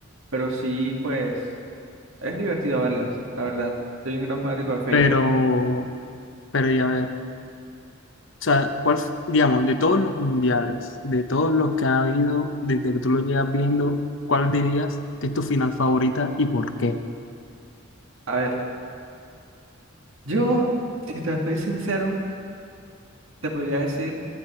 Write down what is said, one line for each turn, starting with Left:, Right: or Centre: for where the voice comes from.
Right: pero sí, pues es divertido verlas, la verdad. Soy un gran fanático de Faker.
Left: Pero, pero ya ver. O sea, ¿cuál, f- digamos, de todos los mundiales, de todos los que ha habido, desde que tú lo llevas viendo, ¿cuál dirías que es tu final favorita y por qué?
Right: A ver, yo, si te soy sincero, te podría decir